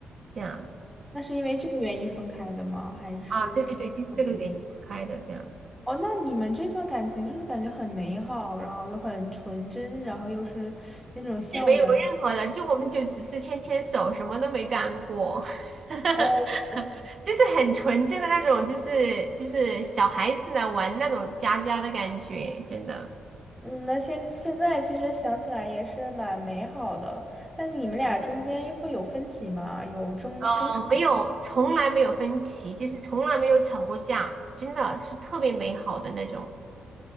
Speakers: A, on the right (about 45°); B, in the centre.
A: 这样子。
B: 那是因为这个原因分开的吗？还是
A: 啊，对对对，就是这个原因分开的这样子，
B: 别的原因？哦，那你们这段感情就是感觉很美好，然后又很纯真，然后又是那种校园。
A: 是没有任何的，就我们就只是牵牵手，什么都没干过，<laughs>
B: 哦，
A: 就是很纯正的那种，就是就是小孩子呢玩那种家家的感觉，真的，
B: 嗯，那现现在其实想起来也是蛮美好的，但你们俩中间又会有分歧吗？有争争吵？
A: 哦，没有，从来没有分歧，就是从来没有吵过架，真的是特别美好的那种。